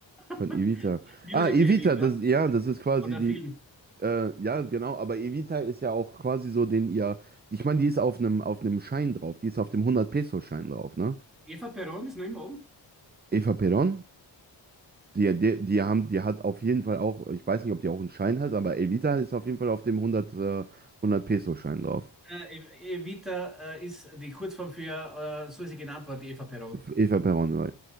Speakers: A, on the right; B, in the centre.
A: von
B: <laughs>
A: Evita.
B: Musical
A: Ah, Evita,
B: Evita
A: das, ja, das ist quasi
B: oder
A: die,
B: Film.
A: äh, ja, genau, aber Evita ist ja auch quasi so den ihr, ich meine, die ist auf einem auf einem Schein drauf, die ist auf dem 100-Peso-Schein drauf, ne?
B: Eva Perón ist noch immer oben.
A: Eva Perón, die, die, die haben, die hat auf jeden Fall auch, ich weiß nicht, ob die auch einen Schein hat, aber Evita ist auf jeden Fall auf dem 100, äh, 100-Peso-Schein drauf.
B: Äh, E- Evita äh, ist die Kurzform für, äh, so ist sie genannt worden, die Eva Perón.
A: Eva Perón, right.